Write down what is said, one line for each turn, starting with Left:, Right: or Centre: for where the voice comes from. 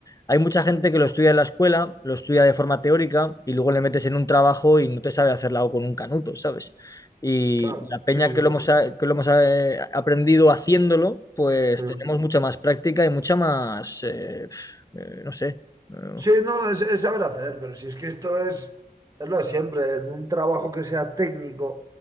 Left: hay mucha gente que lo estudia en la escuela, lo estudia de forma teórica y luego le metes en un trabajo y no te sabe hacer la O con un canuto, ¿sabes? Y
Right: Claro,
Left: la peña
Right: sí, sí,
Left: que lo hemos, a- que lo hemos eh, aprendido haciéndolo, pues
Right: sí.
Left: tenemos mucha más práctica y mucha más, eh, pf, eh, no sé. eh,
Right: Sí, no, es, es saber hacer, pero si es que esto es, es lo de siempre, en un trabajo que sea técnico,